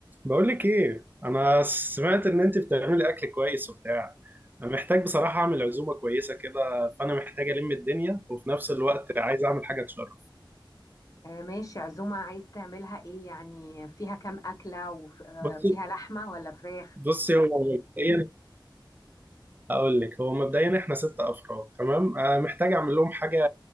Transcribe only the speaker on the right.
بقول لك ايه انا سمعت ان انت بتعملي اكل كويس وبتاع انا محتاج بصراحه اعمل عزومه كويسه كده فانا محتاج الم الدنيا وفي نفس الوقت عايز اعمل حاجه تشرف
بصي
بصي هو مبدئيا اقول لك هو مبدئيا احنا ست افراد تمام أنا محتاج اعمل لهم حاجه